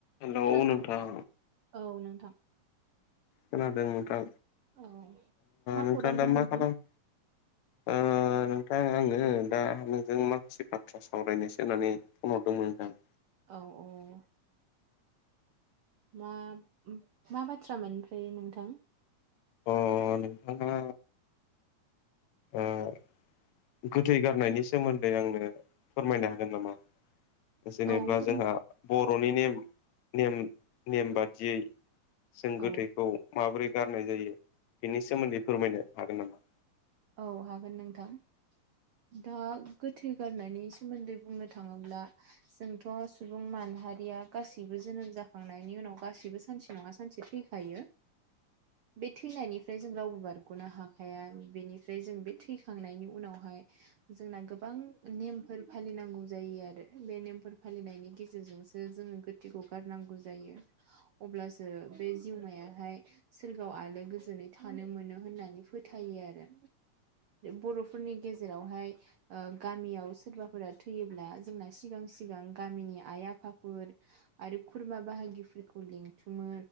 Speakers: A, on the left; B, on the right.
A: Hello
B: खोनादों
A: नोंथां
B: औ नोंथां
A: खोनादों नोंथां
B: औ नोंथां। मा
A: नोंथाङ
B: खौरांमोन
A: दा मा
B: नोंथां?
A: खालाम ओ नोंथां आङो दा नोंजों माखासे बाथ्रा सावरायनोसो होननानै फन हरदोंमोन नोंथां।
B: औ औ। मा मा बाथ्रामोन ओमफ्राय नोंथां?
A: अ नोंथाङा ओ। गोथै गारनायनि सोमोन्दै आंनो फोरमायनो हागोन नामा? जेनेबा
B: औ फोरमाय
A: जोंहा बर'नि नेम नेम नेम बादियै जों गोथैखौ
B: औ
A: माबोरै गारनाय जायो बेनि सोमोन्दै फोरमायनो हागोन नामा?
B: औ हागोन नोंथां। दा गोथै गारनायनि सोमोन्दै बुंनो थाङोब्ला। जोंथ' सुबुं माहारिया गासैबो जोनोम जाखांनायनि उनाव गासैबो सानसे नङा सानसे थैखायो।
A: <inaudible>
B: बे थैनायनिफ्राय जों रावबो बारग'नो हाखाया। बेनि ओमफ्राय जों बे थैखांनायनि उनावहाय जोंना गोबां नेमफोर फालिनांगौ जायो आरो बे नेमफोर फालिनायनि गेजेरजोंसो ओ जों गोथैखौ गारनांगौ जायो अब्लासो बे जिउमायाहाय सोरगोाव आलो गोजोनै थानो मोनो होननानै फोथायो आरो बर'फोरनि गेजेरावहाय ओ गामियाव सोरबाफोरा थैयोब्ला जोंना सिगां सिगां गामिनि आइ आफाफोर आरो खुरमा बाहागिफोरखौ लिंथुमो